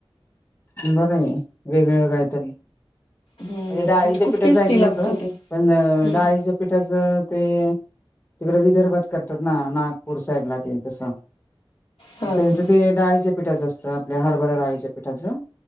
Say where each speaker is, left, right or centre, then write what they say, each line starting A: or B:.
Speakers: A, on the left; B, on the left.
A: बरं आहे वेगवेग काहीतरी
B: हम्म
A: म्हणजे डाळीच्या
B: आणि खूप
A: पिठाचं
B: टेस्टी
A: ऐकलं
B: लागतं
A: होत
B: ते
A: पण
B: हम्म
A: डाळीच्या पिठाच ते तिकडे विदर्भात करतात ना नागपूर साईड ला ते तसं
B: हा
A: त्यांचं
B: का
A: ते डाळीच्या पिठाचं असतं आपल्या हरभरा डाळीच्या पिठाचं